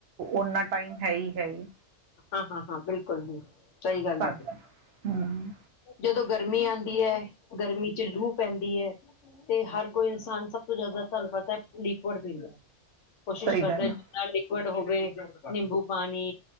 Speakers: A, on the right (about 65°); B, on the left (about 80°).
A: ਉਨਾ ਟਾਈਮ ਹੈ ਹੀ -ਹੈ ਹੀ।
B: ਹਾਂ- ਹਾਂ -ਹਾਂ ਬਿਲਕੁਲ ਜੀ। ਸਹੀ ਗੱਲ
A: ਸਾਨੂੰ
B: ਐ
A: ਹਮ
B: ਜਦੋਂ ਗਰਮੀ ਆਉਂਦੀ ਐ ਗਰਮੀ 'ਚ ਲੂ ਪੈਂਦੀ ਹੈ ਤੇ ਹਰ ਕੋਈ ਇਨਸਾਨ ਸਭ ਤੋਂ ਜ਼ਿਆਦਾ ਤੁਹਾਨੂੰ ਪਤਾ ਲੀਕਯੁਡ ਪੀਂਦਾ ਕੋਸ਼ਿਸ਼
A: ਸਹੀ
B: ਕਰਦੈ
A: ਗੱਲ
B: ਜਿਨ੍ਹਾਂ
A: ਆ
B: ਲਿਕਯੁਡ ਹੋ। ਬੇ੍ਕ <unintelligible> ਨਿੰਬੂ ਪਾਣੀ